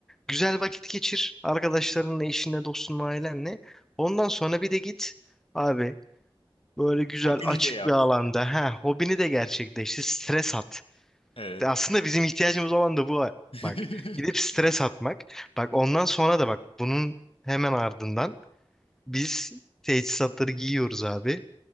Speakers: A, in the centre; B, on the left.
A: Güzel vakit geçir arkadaşlarınla, eşinle, dostunla, ailenle. Ondan sonra bir de git abi böyle güzel
B: Hobini
A: açık
B: de yap.
A: bir alanda ha hobini de gerçekleştir, stres at.
B: Evet.
A: De Aslında bizim ihtiyacımız olan da bu. ha.
B: <laughs>
A: Bak gidip stres atmak. Bak ondan sonra da bak bunun hemen ardından biz teçhizatları giyiyoruz abi.